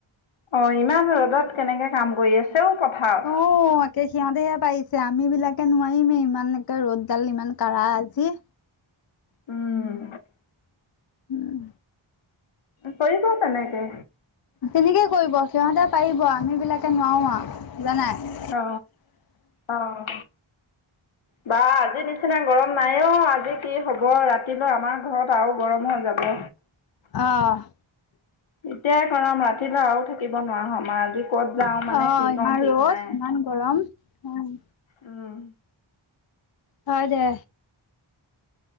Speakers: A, on the left; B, on the left.
A: অ', ইমান ৰ'দত কেনেকে কাম কৰি আছে অ', পথাৰত।
B: অ', একে সিহঁতেহে পাৰিছে আমি বিলাকে নোৱাৰিমেই ইমান ৰ'দডাল ইমান কাঢ়া আজি।
A: উম,
B: উম।
A: পাৰিব তেনেকে।
B: তেনেকে কৰিব, সিহঁতে পাৰিব, আম বিলাকে নোৱাৰো আৰু, বুজা নাই?
A: অ', অ', বা আজি নিচিনা গৰম নাই অ', আজি কি হ'ব, ৰাতিলৈ আমাৰ ঘৰত আৰু গৰম হৈ যাব।
B: অ'।
A: এতিয়াই গৰম, ৰাতিলৈ আৰু থাকিব নোৱাৰা হম আৰু, আজি ক'ত যাও মানে
B: অ
A: কি
B: ইমান
A: কওঁ ঠিক
B: ৰ'দ
A: নাই।
B: ইমান গৰম অ'।
A: উম।
B: হয় দে।